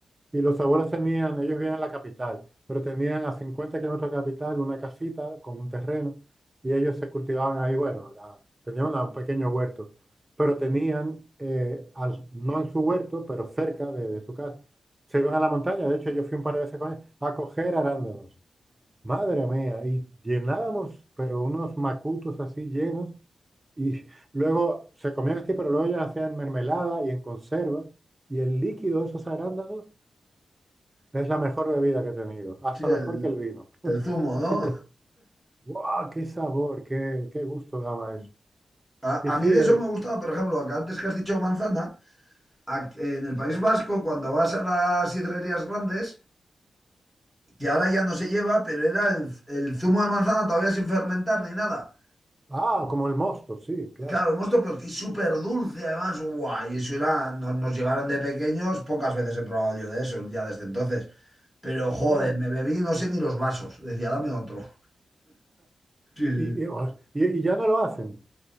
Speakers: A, on the right; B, in the centre.
A: Y los abuelos tenían, ellos vivían en la capital, pero tenían a 50 kilómetros de la capital una casita con un terreno y ellos se cultivaban ahí, bueno, la- tenían una- un pequeño huerto, pero tenían, eh, al- no en su huerto, pero cerca de, de su casa, se iban a la montaña, de hecho yo fui un par de veces con ellos, a coger arándanos. Madre mía, y llenábamos, pero unos macutos así llenos, y <laughs> luego se comían así, pero luego ellos hacían en mermelada y en conserva, y el líquido de esos arándanos es la mejor bebida que he tenido, hasta
B: Sí, el,
A: mejor que el vino.
B: el zumo,
A: Es
B: ¿no?
A: impresionante. ¡Wow! ¡Qué sabor! ¡Qué, qué gusto
B: <laughs>
A: daba eso!
B: A,
A: Y sí,
B: a mí de
A: eh,
B: eso me gustaba, por ejemplo, que antes que has dicho manzana, a- en el País Vasco, cuando vas a las sidrerías grandes, que ahora ya no se lleva, pero era el, el zumo de manzana todavía sin fermentar ni nada.
A: ah, como el mosto, sí, claro.
B: Claro, el mosto, pero que es súper dulce además. Guay, eso era, nos, nos llevaron de pequeños, pocas veces he probado yo de eso, ya desde entonces. Pero joder,
A: Oh,
B: me bebí no sé ni los vasos. Decía, dame otro. Sí, sí.
A: y, y, os- y- y ya no lo hacen.